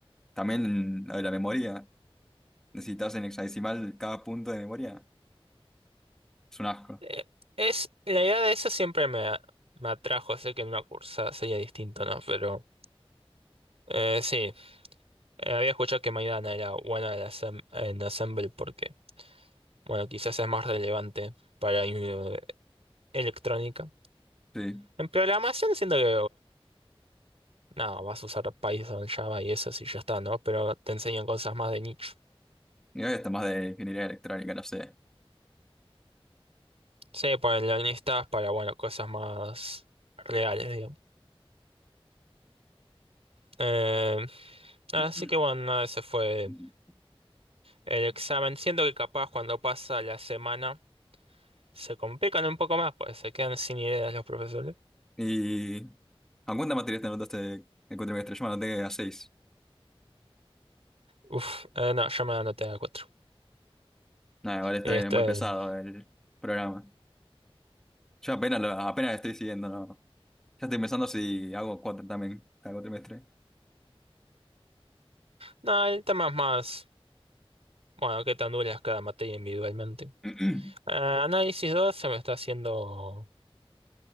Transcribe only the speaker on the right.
Eh, es, la idea de eso siempre me, a- me atrajo, sé que en una cursa sería distinto, ¿no? Pero eh, sí, eh, había escuchado que Maidana era buena en, asem- en Assemble porque, bueno, quizás es más relevante para eh, electrónica.
En programación siento que Nada, vas a usar Python, Java y eso si ya está, ¿no? Pero te enseñan cosas más de nicho.
Sí, ponen listas para, bueno, cosas más reales, digamos. Eh, así
que bueno, nada, ese fue
el examen. Siento que capaz cuando pasa la semana se complican un poco más, pues se quedan sin ideas los profesores.
Uf, eh, no, yo me anoté a cuatro.
Este,
no, el tema es más, bueno, qué tan dura es cada materia individualmente.
Eh, análisis 2 se me está haciendo.